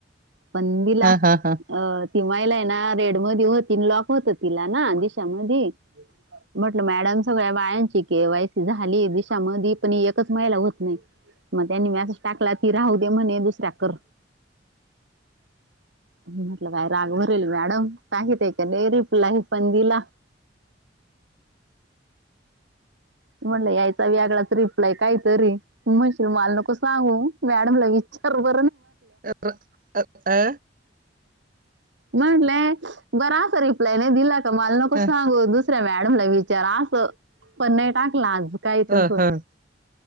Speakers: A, on the right; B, on the right.
A: पंदीला
B: हा हा हा
A: अ तिमा्हाईला आहे ना रेड. हो लॉक होत तिला ना दिशामध्ये.
B: <inaudible>
A: म्हटलं मॅडम सगळ्या बायांची क एवायसी झाली दिशामध्ये पण एकच महिला होत नाही. मग त्यांनी मी असं टाकला ती राहू दे म्हणे दुसऱ्या कर.
B: <inaudible>
A: म्हटलं काय राग भरेल मॅडम काकी ते कडे रिप्लाय पण दिला. म्हटलं यायचा व्यागळाच रिप्लाय काय तरी म्हणशील मला नको सांगू मॅडमला विचार ब.
B: अ अ.
A: म्हंटलंय बरा असा रिप्लाय नाही दिला का माल नको
B: अ,
A: सांगू दुस. तुस मॅडमला विचारा असं पण नाही टाकलं आज काय
B: अ,
A: तस.
B: ह.